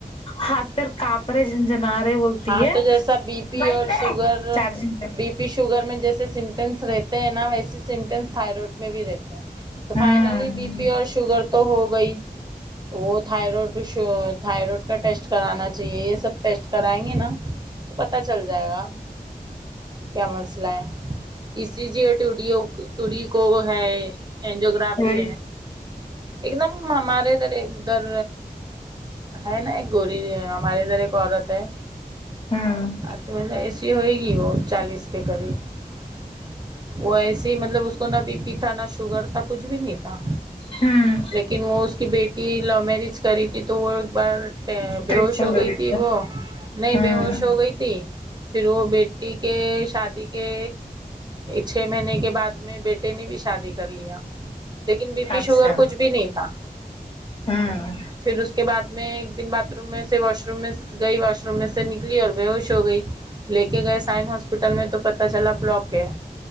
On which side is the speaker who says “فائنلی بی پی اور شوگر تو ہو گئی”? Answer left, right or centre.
Right